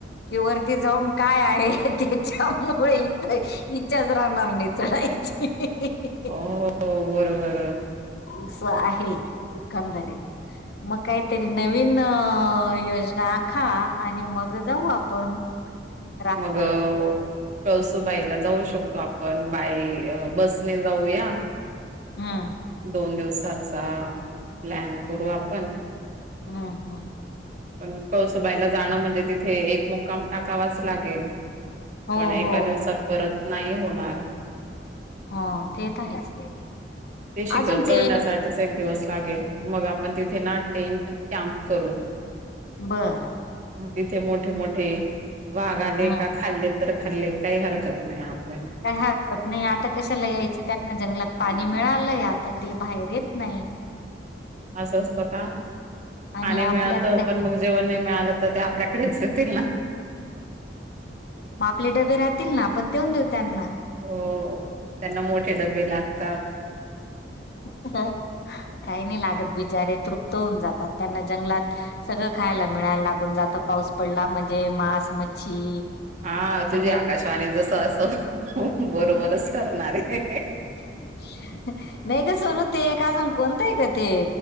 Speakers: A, on the left (about 65°); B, on the right (about 45°).
A: कि वरती जाऊन काय आहे त्याच्यामुळे इथे इच्छाच राहनार नाही चढायची.
B: हो बरोबर.
A: असं आहे एकंदरीत. मग काहीतरी नवीन अ योजना आखा आणि मग जाऊ आपण. ह <inaudible>
B: मग ओ कळसुबाईला जाऊ शकतो आपण बाय बसने जाऊया.
A: हम्म
B: दोन दिवसाचा प्लॅन करू आपण
A: हम्म हम.
B: पण कळसुबाईला जाणं म्हणजे तिथे एक मुक्काम टाकावाच लागेल.
A: हो
B: पण एका
A: हो
B: दिवसांत परत नाही होणार.
A: हा ते तर आहेच.
B: ते शिखर
A: अजून
B: चढण्यासाठीच
A: ते
B: एक दिवस लागेल मग आपण तिथे ना टेंट कॅम्प करू.
A: बरं.
B: तिथे मोठे मोठे वाघ आले
A: हम्म
B: का खाल्लेत तर खाल्ले काही हरकत नाही. आपल्याला
A: काय हरकत नाही आता कशाला यायची त्यांना जंगलात पाणी मिळालंय आता ते बाहेर येत नाहीत.
B: असं असतं का
A: आणि
B: पाणी
A: आपल्याकडे
B: मिळात पण मग जेव्हा नाही मिळालं तर ते आपल्याकडेच येतील ना.
A: मग आपले डबे राहतील ना आपण देऊन देऊ त्यांना
B: हो त्यांना मोठे डबे लागतात.
A: हा. काही नाही लागत बिचारे तृप्त होऊन जातात त्यांना जंगलात. सगळं खायला मिळायला लागून जातं पाऊस पडला म्हणजे मांस मच्छी
B: हा
A: सगळे
B: तुझी आकाशवाणी जसं असं बरोबरच ठरणार आहे.
A: <unintelligible> नाही गं सोनू ते एक अजून कोणतं आहे कते